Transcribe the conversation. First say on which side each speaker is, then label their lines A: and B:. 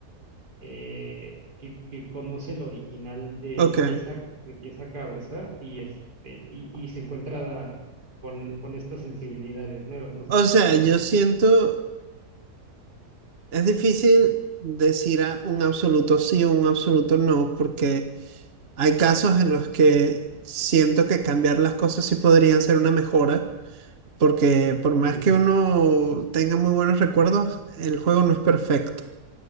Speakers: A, on the right (about 80°); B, on the right (about 40°).
A: eh, que, que conoce el original de
B: Ok.
A: pieza, de pieza a cabeza y, este, y, y se encuentra con, con estas sensibilidades nuevas, no sé
B: O
A: tú qué
B: sea,
A: piensas.
B: yo siento... Es difícil decir a un absoluto sí o un absoluto no, porque hay
A: Ajá.
B: casos en los que siento que cambiar las cosas sí podrían ser una mejora, porque por más
A: Ujú,
B: que uno tenga muy buenos recuerdos, el juego no es perfecto.